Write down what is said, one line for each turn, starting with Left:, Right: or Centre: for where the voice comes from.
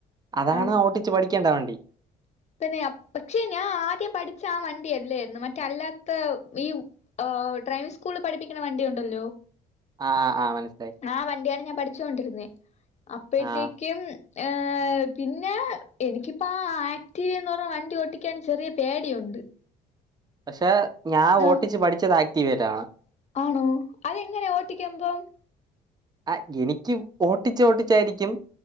Right: അതാണ്
Left: ആഹ്
Right: <unintelligible> വണ്ടി
Left: പിന്നെ പക്ഷേ ഞാൻ ആദ്യം പഠിച്ച ആ വണ്ടിയല്ലായിരുന്നു മറ്റല്ലാത്ത ഈ ഒ ഡ്രൈവിംഗ് സ്കൂളിൽ പഠിപ്പിക്കണ വണ്ടി ഉണ്ടല്ലോ
Right: ആഹ് ആഹ് മനസ്സി
Left: ആ വണ്ടിയാണ് ഞാൻ പഠിച്ചോണ്ടിരുന്നേ അപ്പഴ്ത്തേക്കും
Right: ആഹ്
Left: ഏ പിന്ന എനിക്കിപ്പ ആ ആക്ടീവയെന്ന് പറയണ വണ്ടി ഓട്ടിക്കാൻ ചെറിയ പേടിയുണ്ട്
Right: പക്ഷെ ഞാൻ
Left: ആ
Right: ഓട്ടിച്ച് പഠിച്ചത് ആക്ടീവേലാണ്
Left: ആണോ അതെങ്ങനെയ ഓട്ടിക്കുമ്പം
Right: ആ എനിക്ക് ഓട്ടിച്ച് ഓട്ടിച്ചായിരിക്കും